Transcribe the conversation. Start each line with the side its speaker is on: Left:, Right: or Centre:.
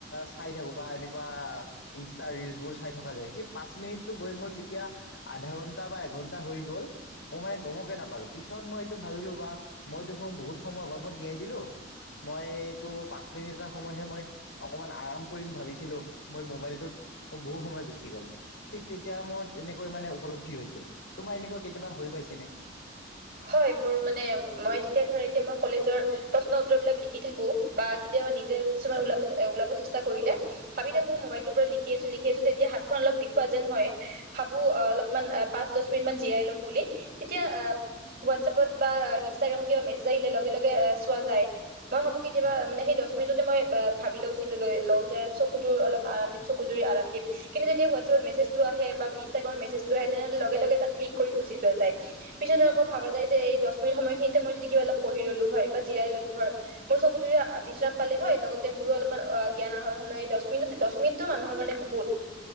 Left: চাই থাকোঁ বা এনেকুৱা ইনষ্টা ৰিলচবোৰ চাই থকা যায়। সেই পাঁচ মিনিটটো গৈ মোৰ কেতিয়া আধা ঘণ্টা বা এঘণ্টা হৈ গ'ল মোৰ মানে গমকে নাপালোঁ। পিছত মই এইটো ভাবিলোঁ বা মই দেখোন বহুত সময় অবাবত নিয়াই দিলোঁ। মই কিন্তু পাঁচ মিনিট এটা সময়হে মই অকমান আৰাম কৰিম ভাবিছিলো। মই মোবাইলটোত মোৰ বহুত সময় গুচি গ'ল। ঠিক তেতিয়া মোৰ এনেকৈ মানে উপলব্ধি হৈছিল। তোমাৰ এনেকুৱা কেতিয়াবা হৈ পাইছেনে?
Right: হয়। মোৰ মানে মই যেতিয়া ধৰা এতিয়া মই কলেজৰ প্ৰশ্ন উত্তৰ বিলাক লিখি থাকো বা কেতিয়াবা নিজে কিছুমান ওলাব ওলাব চেষ্টা কৰিলে ভাবি থাকো
Left: উম,
Right: মোবাইলটোৰ পৰা লিখি আছো লিখি আছো, যেতিয়া হাতখন অলপ বিখোৱা যেন হয় ভাবো অলপ মান পাচঁ দহ মিনিট মান জিৰাই লম বুলি তেতিয়া হোৱাট ছাপত বা ইনষ্টাগ্ৰামত কিবা মেছেজ আহিলে লগে লগে চোৱা যায়। মই ভাবো কেতিয়াবা
Left: হয়
Right: মানে সেই দছ তুমি যদি মই ভাবি লৈছিলো লওঁ যে চকু তোৰ অল আৰাম দিম চকু জুৰি আৰাম দিম কিন্তু যেতিয়া হোৱাটছএপত মেছেজটো আহে বা ইনষ্টাগ্ৰামত মেছেজ আহে তেনেহ'লে লগে লগে তাত ক্লিক কৰি গুচি যোৱা যায়। পিছত আকৌ
Left: হয়
Right: ভাবা যায় যে এই দছ মিনিট সময়খিনিতে মই যদি কা অলপ পঢ়ি ললো হয় বা জিৰাই ললো হয়। মোৰ চকুজুৰি বিশ্ৰাম পালে হয় লগতে মোৰো অলপমান জ্ঞান আহৰণ হল হয়। এই দছ মিনিটতে দছ মিনিটটো মানুহৰ কাৰণে বহুত।